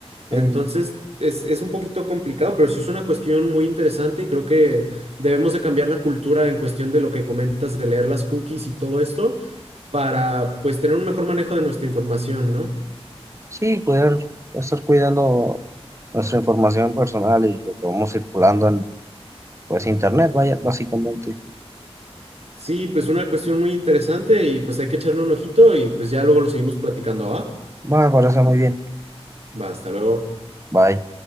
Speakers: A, on the right; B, on the right.
A: Entonces
B: Eh,
A: es, es un poquito complicado, pero sí es una cuestión muy interesante y creo que debemos de cambiar la cultura en cuestión de lo que comentas de leer las cookies y todo esto para pues tener un mejor manejo de nuestra información, ¿no?
B: sí, cuidar, estar cuidando nuestra información personal y lo que vamos circulando en pues internet, vaya, básicamente.
A: Sí, pues una cuestión muy interesante y pues hay que echarle un ojito y pues ya luego lo seguimos platicando, ¿va?
B: Va, me parece muy bien.
A: Va, hasta luego.
B: Bye.